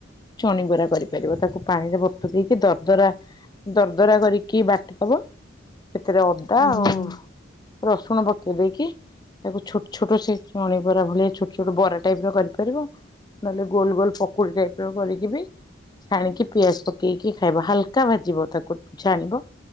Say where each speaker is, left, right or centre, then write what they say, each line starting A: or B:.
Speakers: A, on the left; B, on the left.
A: ଚଣିବରା କରିପାରିବ ତାକୁ ପାଣିରେ ବତୁରେଇକି ଦରଦରା ଦରଦରା କରିକି ବାଟିଦବ। ସେଥିରେ ଅଦା
B: ହୁଁ ହୁଁ
A: ଆଉ
B: ହୁଁ ହୁଁ
A: ରସୁଣ ପକେଇ ଦେଇକି ତାକୁ ଛୋଟ ଛୋଟ ସେ ଚଣିବରା ଭଳିଆ ଛୋଟ ଛୋଟ ବରା ଟାଇପ ର କରିପାରିବ ନହେଲେ ଗୋଲ ଗୋଲ ପକୁଡି ଟାଇପ ର କରିକି ବି ଛାଣିକି ପିଆଜ ପକେଇକି ଖାଇବ ହାଲକା ଭାଜିବ ତାକୁ ଛାଣିଵ